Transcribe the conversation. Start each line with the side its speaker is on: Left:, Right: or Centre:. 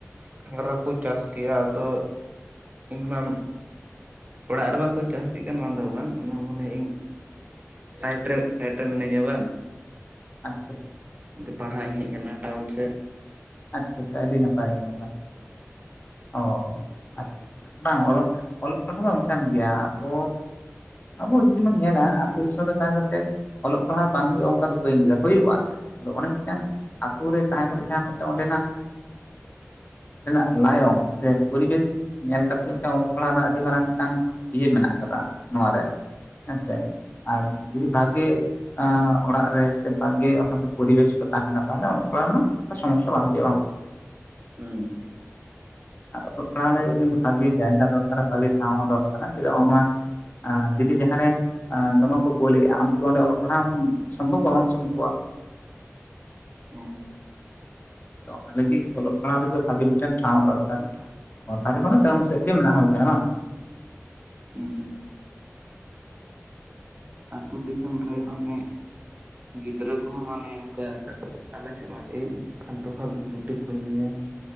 Right: ᱜᱷᱟᱸᱜᱨᱟ ᱠᱚ ᱪᱟᱥ ᱜᱮᱭᱟ ᱟᱫᱚ ᱤᱧ ᱢᱟ ᱚᱲᱟᱜ ᱨᱮ ᱵᱟᱝᱠᱚ ᱪᱥᱤᱜ ᱠᱟᱱ ᱵᱟᱝ ᱫᱚ ᱵᱟᱝ ᱚᱱᱟ ᱢᱚᱱᱮ ᱤᱧ ᱥᱟᱤᱴ ᱨᱮ ᱥᱟᱭᱤᱴ ᱨᱮ ᱢᱤᱱᱟᱹᱧᱟ ᱵᱟᱝ
Left: ᱟᱪᱪᱷᱟ ᱟᱪᱪᱷᱟ
Right: ᱮᱛᱮ ᱯᱟᱲᱦᱟᱜ ᱤᱧ ᱦᱮᱡ ᱟᱠᱟᱱᱟ ᱴᱟᱣᱩᱱ ᱥᱮᱫ
Left: ᱟᱪᱪᱷᱟ ᱟᱪᱪᱷᱟ ᱟᱹᱰᱤ ᱱᱟᱯᱟᱭ ᱟᱹᱰᱤ ᱱᱟᱯᱟᱭ ᱚ ᱟᱪᱪᱷᱟ ᱵᱟᱝ ᱚᱞᱚᱜ ᱚᱞᱚᱜ ᱯᱟᱲᱦᱟᱣ ᱫᱚ ᱚᱱᱠᱟᱱ ᱜᱮᱭᱟ ᱟᱵᱚ ᱟᱵᱚ ᱡᱩᱫᱤ ᱵᱚᱱ ᱧᱮᱞᱟ ᱟᱹᱛᱩᱳ ᱫᱤᱥᱚᱢ ᱨᱮ ᱫᱛᱮᱫ ᱚᱞᱚᱜ ᱯᱟᱲᱦᱟᱜ ᱵᱟᱝ ᱦᱩᱭᱩᱜᱼᱟ ᱚᱱᱠᱟ ᱫᱚ ᱵᱟᱹᱧ ᱧᱟ ᱦᱩᱭᱩᱜᱼᱟ ᱟᱫᱚ ᱚᱱᱰᱮ ᱢᱤᱫᱴᱟᱝ ᱟᱛᱳ ᱨᱮ ᱛᱟᱦᱮᱸ ᱠᱟᱛᱮ ᱡᱟᱦᱟᱸ ᱢᱤᱫᱴᱟᱝ ᱚᱸᱰᱮᱱᱟᱜ ᱚᱸᱰᱮᱱᱟᱜ ᱞᱟᱭᱚᱝ ᱥᱮ ᱯᱚᱨᱤᱵᱮᱥ ᱧᱮᱞ ᱠᱟᱛᱮᱜ ᱜᱮ ᱢᱤᱫᱴᱟᱝ ᱚᱞᱚᱜ ᱯᱟᱲᱦᱟᱜ ᱨᱮᱱᱟᱜ ᱟᱹᱰᱤ ᱢᱟᱨᱟᱝ ᱢᱤᱫᱴᱟᱝ ᱤᱭᱟᱹ ᱢᱮᱱᱟᱜ ᱟᱠᱟᱫᱟ ᱱᱚᱟᱨ ᱨᱮ ᱦᱮᱸ ᱥᱮ ᱟᱨ ᱡᱩᱫᱤ ᱵᱷᱟᱜᱮ ᱚᱲᱟᱜ ᱨᱮ ᱥᱮ ᱵᱷᱟᱜᱮ ᱚᱱᱟ ᱯᱚᱨᱤᱵᱮᱥ ᱠᱚ ᱛᱟᱦᱮᱱᱟ ᱛᱟᱦᱚᱞᱮ ᱠᱚᱞᱟ ᱨᱮᱱᱟᱜ ᱚᱱᱠᱟ ᱥᱚᱢᱚᱥᱥᱟ ᱵᱟᱝ ᱦᱩᱭᱩᱜᱼᱟ ᱵᱟᱝ
Right: ᱦᱮᱸ
Left: ᱚᱞᱚᱜ ᱯᱟᱲᱦᱟᱜ ᱞᱟᱹᱜᱤᱫ ᱠᱤᱱᱛᱩ ᱵᱷᱟᱜᱤ ᱡᱟᱭᱜᱟ ᱫᱚᱨᱠᱟᱨᱟ ᱵᱷᱟᱜᱮ ᱴᱷᱟᱶ ᱦᱚᱸ ᱫᱚᱨᱠᱟᱨᱟ ᱪᱮᱫᱟᱜ ᱵᱟᱝ ᱟ ᱡᱩᱫᱤ ᱡᱟᱦᱟᱸᱨᱮ ᱫᱚᱢᱮ ᱠᱚ ᱠᱳᱩᱞᱞᱮᱫᱼᱟ ᱟᱢ ᱚᱸᱰᱮ ᱚᱞᱚᱜ ᱯᱟᱲᱦᱟᱜ ᱥᱚᱢᱵᱷᱚᱵ ᱵᱟ ᱵᱟᱝ ᱥᱚᱢᱵᱷᱚᱵᱚᱜᱼᱟ
Right: ᱦᱮᱸ
Left: ᱚᱱᱟ ᱞᱟᱹᱜᱤᱫ ᱚᱞᱚᱜ ᱯᱟᱲᱦᱟᱣ ᱨᱮᱜᱮ ᱵᱷᱟᱜᱮ ᱢᱤᱫᱴᱮᱱ ᱴᱷᱟᱶ ᱫᱚᱨᱠᱟᱨ ᱵᱟᱦᱮᱚᱱᱚᱟᱹᱦ ᱴᱟᱣᱩᱱ ᱥᱮᱫ ᱜᱮ ᱦᱩᱭ ᱟᱠᱟᱱᱟ ᱵᱟᱝ
Right: ᱦᱮᱸ ᱟ. ᱛᱩ ᱫᱤᱥᱚᱢ ᱨᱮ ᱢᱟᱱᱮ
Left: <inaudible>
Right: ᱜᱤᱫᱽᱨᱟᱹ ᱠᱚᱦᱚᱸ ᱢᱟᱱᱮ ᱚᱱᱠᱟ ᱟᱞᱮ ᱥᱮᱫ ᱢᱟ ᱟᱹᱰᱤ ᱯᱟᱞᱛᱩ ᱯᱟᱞᱚᱩ ᱪᱚᱴᱷᱤ ᱠᱚ ᱧᱩᱭᱟ